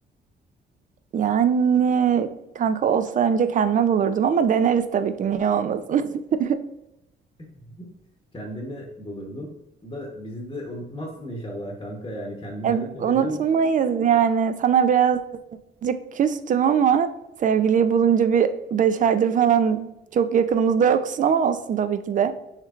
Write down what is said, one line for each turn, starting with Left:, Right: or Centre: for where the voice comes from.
Right: Yani kanka olsa önce kendime bulurdum ama deneriz tabii ki niye olmasın. <laughs>
Left: <laughs> Kendini bulurdun da bizi de unutmazsın inşallah kanka yani kendine
Right: E, Yani
Left: de tabii
Right: unutmayız
Left: bul
Right: yani. Sana biraz Birazcık küstüm ama sevgiliyi bulunca bir 5 aydır falan çok yakınımızda yoksun ama olsun tabii ki de.